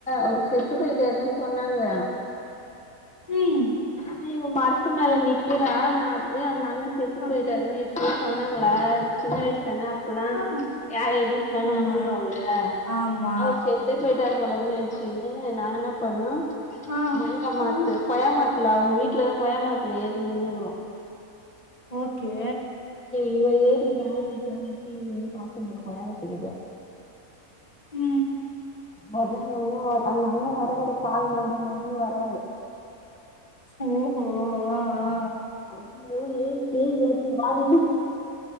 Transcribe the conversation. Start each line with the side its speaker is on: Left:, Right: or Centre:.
Centre: ஒரு செத்து போயிட்டாருன்னு சொன்னாங்க
Left: ம்
Centre: என்ன இவன் மரத்து மேல நிக்கறான் நா அப்பயே அந்த அண்ணன் செத்து
Left: ஓகே
Centre: போயிட்டாருன்னு எப் சொன்னாங்களா சின்ன சல அப்பல்லா
Left: ஆ
Centre: யாரு எது சொன்னா
Left: ஆமா
Centre: நம்பிர்வோம்ல
Left: ஆமா
Centre: அவர் செத்தேப் பெய் ட்டாரு போல நனச்சுங்னு நா என்ன பண்ணோ
Left: ஆ
Centre: மாங்கா மரத்து
Left: ம்
Centre: கொய்யா மர துல்ல அவுங்க வீட்டுல கொயா மரத்துல ஏறி நின்னுக்றோ
Left: ஓகே
Centre: இவ ஏ ஏறி மேல நிக்கலானின்டு பாத்துங்கோ <unintelligible> கயாத <unintelligible>
Left: ம்
Centre: ஒரு நாள் அண்ணு அந்த அண்ண வராரு கால் நொண்டி நொண்டினு வராரு
Left: ஓஹோ அ ஆ
Centre: அய்யோ ஏய் பேய் வருது வாடி